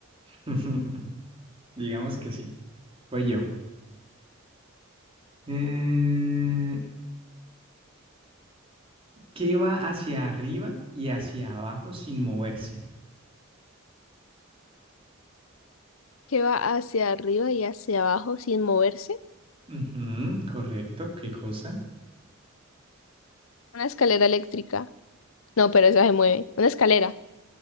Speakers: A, on the right; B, on the left.
A: <laughs> Digamos que sí. Pues yo. Eh, ¿qué va hacia arriba y hacia abajo sin moverse?
B: Que va hacia arriba y hacia abajo sin moverse.
A: Ujú, correcto, ¿qué cosa?
B: Una escalera eléctrica. No, pero esa se mueve. Una escalera.